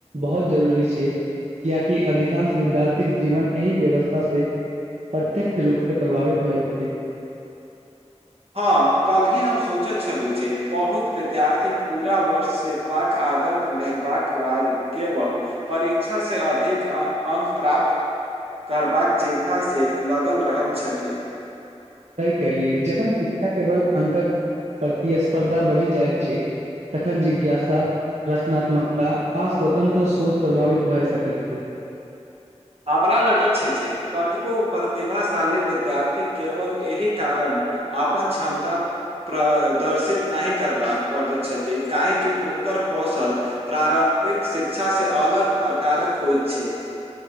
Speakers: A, on the right; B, on the right.
A: बहुत जरूरी छैय। कियकि अधिकांश विद्यार्थीके जीवन एहि व्यवस्था से प्रत्यक्ष रूप से प्रभावित होइत छी।
B: हां, कल्हि हम सोचैत छलु, जे बहुत विद्यार्थी पूरा वर्ष से लेबाक आदत लेबाक बाद केवल परीक्षा से अधिक अ अंक प्राप्त करबाक चिन्ता से लगल रहल छथि।
A: सही केहलिये जखन शिक्षा केवल अंकक प्रतिस्पर्धा बनि जाइ छै। तखन जिज्ञासा रचनात्मकता आ स्वतंत्र सोच प्रभावित भए सकैय छै।
B: हमरा लगैत छै, जे कतको प्रतिभाशाली विद्यार्थी केवल एहि कारण अपन क्षमता प्रदर्शित नाहि करबाक पड़ छथि काहेकि हुनकर कौशल प्रारम्परिक शिक्षा से अलग प्रकारक होइत छै।